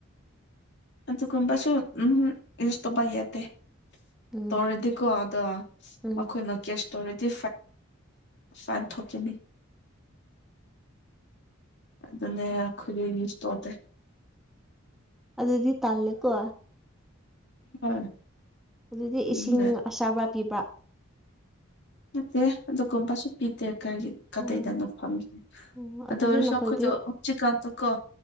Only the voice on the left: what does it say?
ꯑꯗꯨ ꯀꯕꯁꯨ ꯎꯝ ꯏꯁꯨ ꯇꯣꯄ ꯑꯗꯦ
ꯇꯧꯔꯗꯀꯣ ꯑꯗꯨꯗ
ꯃꯈꯣꯏꯅ ꯀꯦꯁ ꯇꯔꯗꯤ ꯆꯥꯟꯊꯣꯛꯀꯅꯤ ꯑꯗꯨ ꯑꯗꯨꯅꯦꯦ ꯑꯈꯂ ꯌꯨꯁ ꯇꯣꯇꯦ
ꯍꯣꯏ
ꯑꯗꯨꯅꯦ
ꯃꯦ ꯑꯗꯨꯗ ꯀꯣꯄꯁꯨꯨꯞꯄꯤꯗꯦ ꯀꯔꯤꯒꯤ ꯀꯗꯩꯗꯅꯣ
ꯐꯪꯈꯤ
ꯑꯗꯣ ꯑꯣꯏ
ꯁꯈꯗꯣ ꯍꯧꯞ ꯆꯤꯛꯀꯥꯟꯗꯣ ꯀꯣ